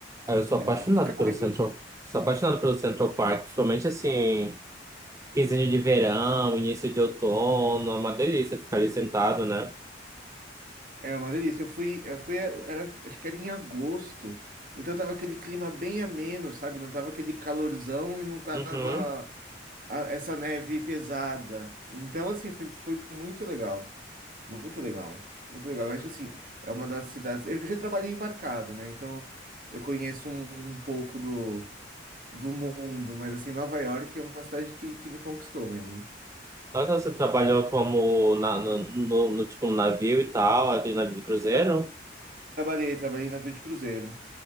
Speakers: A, on the right; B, on the right.
A: Ah, Eu sou
B: É,
A: apaixonado
B: cara,
A: pelo Central, sou apaixonado pelo Central Park, principalmente assim, quinzinho de verão, início de outono, é uma delícia ficar ali sentado, né?
B: é uma delícia. Eu fui, eu fui, era, acho que era em agosto, então tava aquele clima bem ameno, sabe? Não tava aquele calorzão e não tava
A: Uhum.
B: a- essa neve pesada. Então, assim, foi, foi muito legal. Muito legal, muito legal. Eu acho que assim, é uma das cidades. Eu já trabalhei embarcado, né? Então eu conheço um, um pouco do, do mundo, mas assim, Nova York é uma cidade que, que me conquistou mesmo.
A: Mas você trabalhou como na, no, no, no, tipo, no navio e tal, aquele navio de cruzeiro?
B: Tra- Trabalhei, trabalhei em navio de cruzeiro.